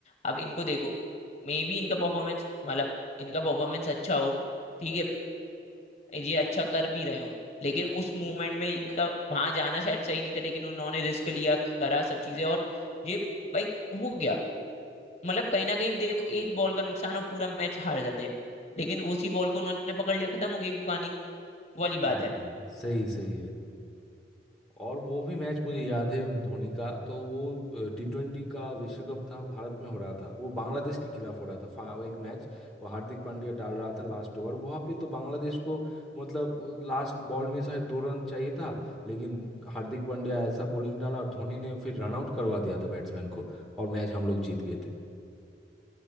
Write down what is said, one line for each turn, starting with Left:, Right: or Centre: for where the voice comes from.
Left: अब इनको देखो मे बी इनका परफॉर्मेंस मतलब इनका परफॉर्मेंस अच्छा हो ठीक है ये अच्छा कर भी रहे हो लेकिन उस मूवमेंट में इनका वहां जाना शायद सही नहीं था लेकिन उन्होंने रिस्क लिया करा सब चीजें और ये भाई हो गया मतलब कहीं ना कहीं देखो एक बॉल का नुकसान और पूरा मैच हार जाते लेकिन उसी बॉल को उन्होंने पकड़ लिया खत्म हो गई कहानी वो वाली
Centre: हाँ
Left: बात है
Centre: सही सही है और वो भी मैच मुझे याद है धोनी का तो वो टी ट्वेंटी का विश्व कप था भारत में हो रहा था वो बांग्लादेश के खिलाफ हो रहा था फा- वो एक मैच वो हार्दिक पांड्या डाल रहा था लास्ट ओवर वहां पे तो बांग्लादेश को मतलब लास्ट बॉल में शायद दो रन चाहिए था लेकिन हार्दिक पांड्या ऐसा बॉलिंग डाला और धोनी ने फिर रन आउट करवा दिया था बैट्समैन को और मैच हम लोग जीत गए थे